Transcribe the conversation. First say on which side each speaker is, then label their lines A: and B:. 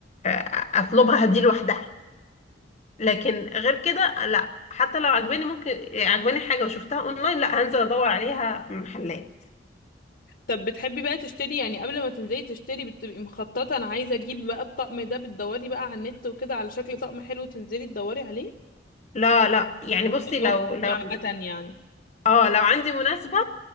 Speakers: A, on the left; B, on the left.
A: آه، اطلبها دي لوحدها لكن غير كده لا حتى لو عجباني ممكن عجباني حاجة وشفتها اونلاين لا هنزل ادور عليها في محلات
B: طب بتحبي بقى تشتري يعني قبل ما تنزلي تشتري بتبقي مخططه انا عايزه اجيب بقى الطقم ده بتدوري بقى على النت وكده على شكل طقم حلو تنزلي تدوري عليه
A: لا لا يعني بصي لو
B: هو بشوفني
A: لو
B: عامة يعني
A: اه لو عندي مناسبة